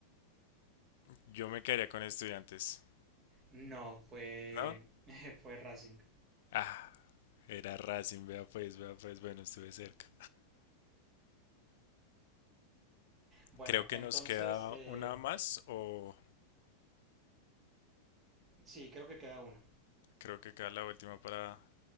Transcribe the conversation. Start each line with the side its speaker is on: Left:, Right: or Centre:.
Left: Yo me quedaría con estudiantes,
Right: No, fue...
Left: ¿no?
Right: <laughs> fue Racing.
Left: Ah, era Racing, vea pues, vea pues, bueno, estuve cerca.
Right: Bueno,
Left: Creo que
Right: entonces,
Left: nos queda
Right: eh,
Left: una más o
Right: sí, creo que queda una.
Left: creo que queda la última para